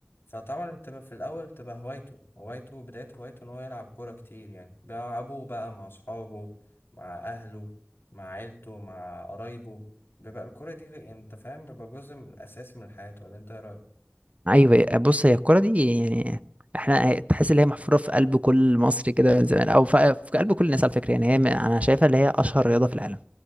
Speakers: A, on the left; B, on the right.
A: فطبعا بتبقى في الاول بتبقى هوايته هوايته بداية هوايته ان هو يلعب كورة كتير يعني بيلعبوه بقى مع اصحابه مع اهله مع عيلته مع قرايبه بيبقى الكورة دي يعني انت فاهم بيبقى جزء من اساسي من حياته ولا انت ايه رأيك
B: ايوه بص هي الكرة دي يعني احنا تحس ان هي محفورة في قلب كل مصري كده من زمان او في في قلب كل الناس على فكرة يعني هي م- انا شايفها اللي هي اشهر رياضة في العالم